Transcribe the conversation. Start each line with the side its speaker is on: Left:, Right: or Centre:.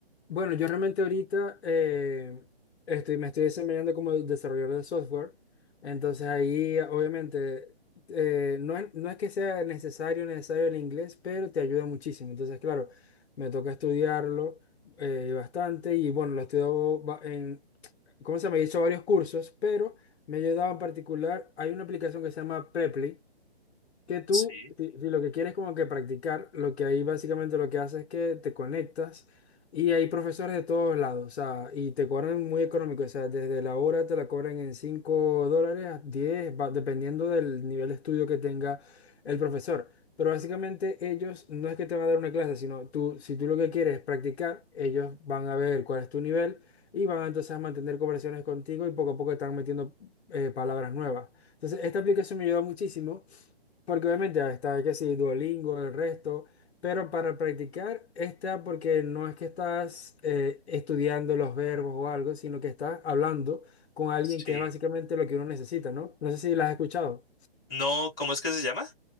Left: Bueno, yo realmente ahorita eh, estoy, me estoy desempeñando como desarrollador de software, entonces ahí obviamente eh, no es, no es que sea necesario, necesario el inglés, pero te ayuda muchísimo. Entonces, claro, me toca estudiarlo eh, bastante y bueno, lo estudio ba- en, ¿cómo se llama? He hecho varios cursos, pero me ha ayudado en particular, hay una aplicación que se llama Preply, que tú,
Centre: Sí,
Left: si, si lo que quieres como que practicar, lo que ahí básicamente lo que hace es que te conectas y hay profesores de todos lados, o sea, y te cobran muy económico, o sea, desde la hora te la cobran en 5 dólares a 10 va, dependiendo del nivel de estudio que tenga el profesor. Pero básicamente ellos no es que te van a dar una clase, sino tú, si tú lo que quieres es practicar, ellos van a ver cuál es tu nivel y van entonces a mantener conversaciones contigo y poco a poco están metiendo eh, palabras nuevas. Entonces, esta aplicación me ayuda muchísimo porque obviamente ah, está que sí, Duolingo, el resto, pero para practicar está porque no es que estás eh, estudiando los verbos o algo, sino que estás hablando con alguien
Centre: sí.
Left: que es básicamente lo que uno necesita, ¿no? No sé si las has escuchado.
Centre: No, ¿cómo es que se llama?